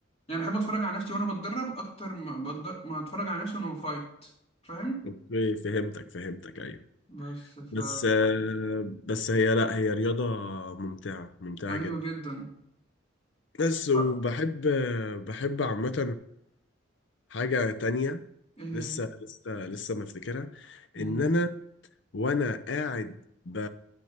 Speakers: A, on the left (about 35°); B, on the left (about 60°).
A: يعني بحب اتفرج على نفسي وانا بتدرب اكتر ما بد... ما اتفرج على نفسي وانا بفايت فاهم
B: أوكي فهمتك فهمتك أيوه
A: بس ف
B: بس بس هي لا هي رياضة ممتعة ممتعة
A: ايوه
B: جدا
A: جدا
B: بس وبحب
A: ف-
B: بحب عامة حاجة تانية
A: ايه هي
B: لسه لسه لسه ما افتكرها
A: مم.
B: ان انا وانا قاعد ب...